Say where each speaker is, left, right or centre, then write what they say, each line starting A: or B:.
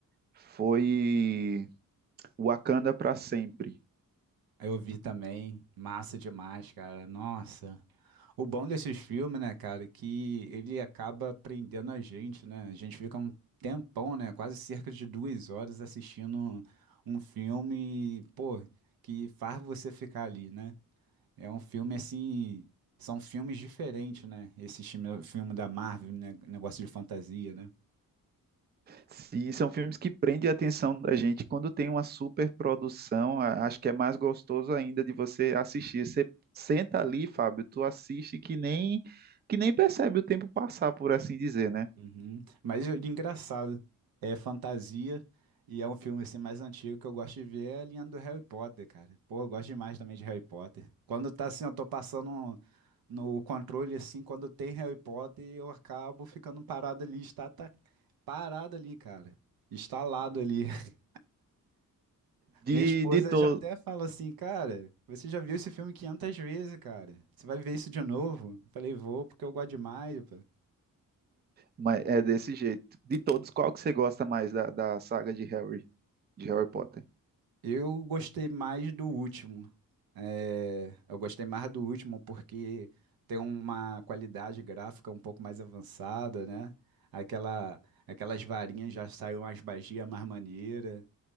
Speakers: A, on the right (about 30°); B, on the right (about 85°).
A: foi Wakanda pra Sempre.
B: Eu vi também, massa demais, cara. Nossa. O bom desses filmes, né, cara, é que ele acaba prendendo a gente, né? A gente fica um tempão, né? Quase cerca de duas horas assistindo um filme, pô, que faz você ficar ali, né? É um filme assim. São filmes diferentes, né? Esse filme, filme da Marvel, né? Negócio de fantasia, né?
A: Sim, são filmes que prendem a atenção da gente. Quando tem uma super produção, a- acho que é mais gostoso ainda de você assistir. Você senta ali, Fábio, tu assiste que nem que nem percebe o tempo passar, por assim dizer, né?
B: Uhum. Mas de engraçado, é fantasia e é um filme assim mais antigo que eu gosto de ver é a linha do Harry Potter, cara. Pô, eu gosto demais também de Harry Potter. Quando tá assim, eu tô passando um- no controle assim, quando tem Harry Potter, eu acabo ficando parado ali, está tá parado ali, cara. Estalado ali. <laughs>
A: De,
B: Minha esposa
A: de todos,
B: já até fala assim, cara, você já viu esse filme 500 vezes, cara. Você vai ver isso de novo? Eu falei, vou, porque eu gosto demais,
A: mas é desse jeito. De todos, qual que você gosta mais da, da saga de Harry, de Harry Potter?
B: Eu gostei mais do último. É, eu gostei mais do último porque tem uma qualidade gráfica um pouco mais avançada, né? Aquela, aquelas varinhas já saíram as magias mais maneira.